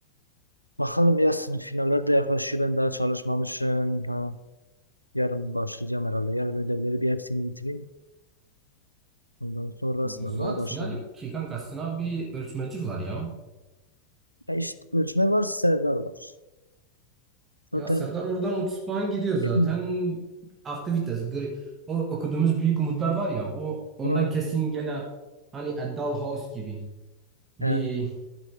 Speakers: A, on the right (about 85°); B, on the right (about 25°).
A: Bakalım ya sınıf finaller de yaklaşıyor. Ben daha çalışmamışım. Ha, yarın başlayacağım herhalde. Yarın ödevleri bir hepsini bitireyim. Ondan sonra sınavlara
B: Zuhat
A: başlarım.
B: final yok ki kanka sınav bir ölçmeci var ya.
A: Ya işte ölçme var, serdar var. Zaten
B: Ya Serdar oradan 30 puan gidiyor zaten.
A: <clears throat>
B: Aktivitas. Gri- O okuduğumuz Büyük Umutlar var ya o ondan
A: Hı,
B: kesin gene hani A Dollhouse gibi bir
A: evet.